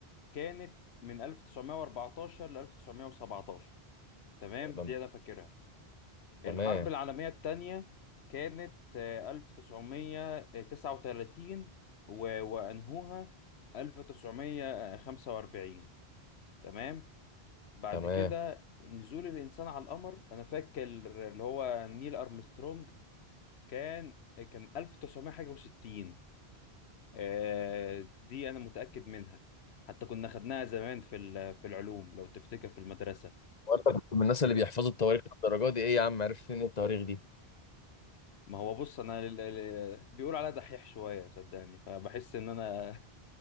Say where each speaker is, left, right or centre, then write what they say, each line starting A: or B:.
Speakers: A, on the left; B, on the left.
A: كانت من 1914 ل 1917 تمام
B: ده أنت-
A: دي انا فاكرها
B: تمام
A: الحرب العالمية التانية كانت آه، 1939 و- وأنهوها 1945 تمام بعد
B: تمام
A: كده نزول الإنسان على القمر أنا فاكر اللي هو نيل أرمسترونج كان كان 1900 حاجة وستين آه، دي أنا متأكد منها حتى كنا خدناها زمان في ال- في العلوم لو تفتكر في المدرسة
B: وانت كنت من الناس
A: آه،
B: اللي بيحفظوا التواريخ للدرجه دي ايه يا عم عرفت ان التواريخ دي
A: ما هو بص انا ال- ال- بيقول عليا دحيح شويه صدقني فبحس ان انا